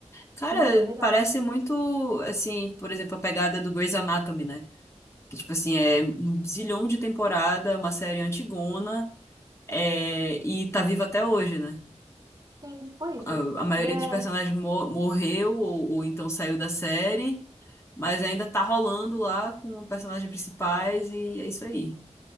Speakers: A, on the left; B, on the right.
A: Cara,
B: Sim, é bem legal.
A: parece muito, assim, por exemplo, a pegada do Grey's Anatomy, né? Que, tipo assim, é um zilhão de temporada, uma série antigona, é, e tá viva até hoje, né?
B: Sim, tipo isso.
A: A, a maioria
B: E é
A: dos personagens mo- morreu ou, ou então saiu da série, mas ainda tá rolando lá com personagens principais e é isso aí.